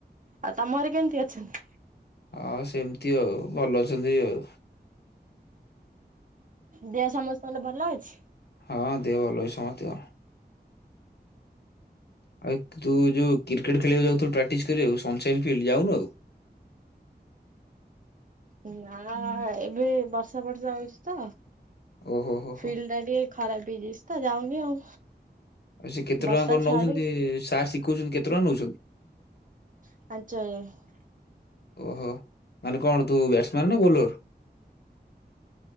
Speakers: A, on the right; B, on the left.
A: ଆଉ ତମ ଘରେ କେମିତି ଅଛନ୍ତି?
B: ଆଉ ସେମିତି ଆଉ ଭଲ ଅଛନ୍ତି ଆଉ।
A: ଦେହ ସମସ୍ତଙ୍କର ଭଲ ଅଛି?
B: ହଁ ଦେହ ଭଲ ଅଛି ସମତିଙ୍କର। ଆରେ ତୁ ଯୋଉ କ୍ରିକେଟ୍ ଖେଳିବାକୁ ଯାଉଥିଲୁ ପ୍ରାକ୍ଟିସ କରିବାକୁ ସନସାଇ ଫିଲ୍ଡ ଯାଉନୁ ଆଉ?
A: ଏ ନା ଏବେ ବର୍ଷା ଫର୍ଷା ହଉଛି ତ
B: ଓହୋ ହୋ ହୋ
A: ଫିଲ୍ଡ ଟା ଟିକେ ଖରାପ ହେଇ ଯାଇଛି ତ ଯାଉନି ଆଉ।
B: ଆଉ ସେ କେତେ
A: ବର୍ଷା
B: ଟଙ୍କା କଣ ନଉଛନ୍ତି
A: ଛାଡୁ
B: ସାର୍ ଶିଖଉଛନ୍ତି କେତେ ଟଙ୍କା ନଉଛନ୍ତି?
A: ପାଞ୍ଚହଜାର।
B: ଓହୋ, ମାନେ କଣ ତୁ ବ୍ୟାଟ୍ସମ୍ୟାନ୍ ନା ବୋଲର୍?